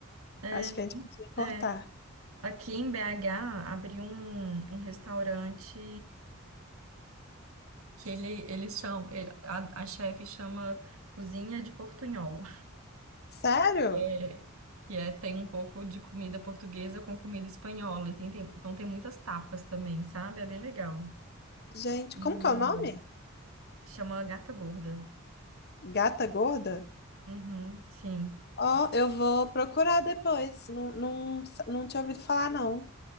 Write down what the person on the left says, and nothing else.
Acho que a gente podia importar.
Sério?
Gente,
como que é o nome?
Gata Gorda?
Ó, eu vou procurar depois. Não, não, não tinha ouvido falar, não.